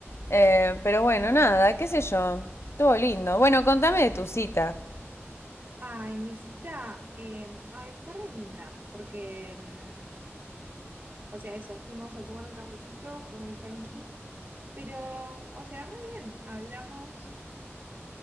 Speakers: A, on the left (about 65°); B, on the right (about 45°).
A: Eh, pero bueno, nada, qué sé yo. Estuvo lindo. Bueno, contame de tu cita.
B: Ay, mi cita, em, ay, fue re linda, porque, em, o sea, eso, fuimos a tomar un cafecito, fue muy tranqui, pero, o sea, re bien, hablamos,